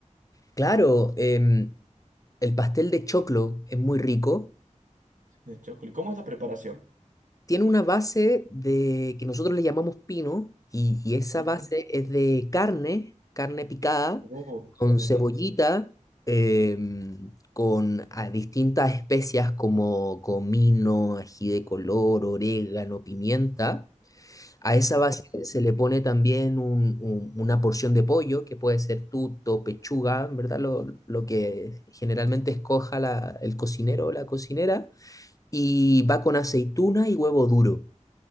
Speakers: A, on the left; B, on the right.
A: Claro, em, el pastel de choclo es muy rico.
B: De chocolate. ¿cómo es la preparación?
A: Tiene una base de que nosotros le llamamos pino y, y esa
B: Ujú.
A: base es de carne, carne picada,
B: Oh,
A: con
B: qué
A: cebollita,
B: rico.
A: em, con ah, distintas especias como comino, ají de color, orégano, pimienta. A esa base se le pone también un- un- una porción de pollo, que puede ser tuto, pechuga, en verdad, lo, lo que generalmente escoja la- el cocinero o la cocinera, y va con aceituna y huevo duro.